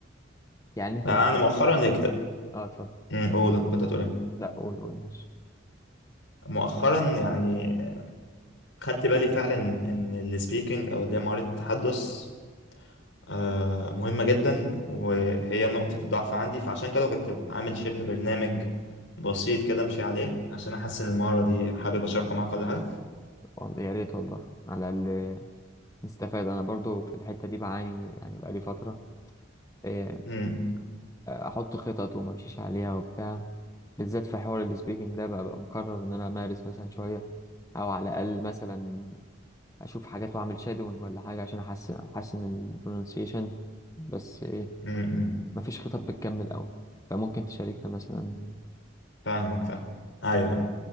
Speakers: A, on the left; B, on the left.
A: يعني أنت
B: يعني
A: مثلا
B: انا مؤخرا كت...
A: أه اتفضل
B: مم، قول كنت هتقول ايه
A: لا قول قول ماشي
B: مؤخرا يعني خدت بالي فعلا ان السبيكنج او اللي هي مهارة التحدث آه، مهمة جدا وهي نقطة ضعف عندي فعشان كده كنت عامل شبه برنامج بسيط كده امشي عليه عشان احسن المهارة دي حابب اشاركه معاك ولا حاجة
A: والله يا ريت والله على الأقل نستفاد أنا برضو في الحتة دي بعاني يعني بقالي فترة آه،
B: امم
A: احط خطط وما امشيش عليها وبتاع بالذات في حوار السبيكنج ده بقى, بقى مقرر ان انا امارس مثلا شويه او على الاقل مثلا اشوف حاجات واعمل شادوينج ولا حاجه عشان احسن احسن البرونسيشن بس ايه
B: امم
A: مفيش خطط بتكمل قوي فممكن تشاركنا مثلا
B: فاهمك فاهم ايوه أيوة.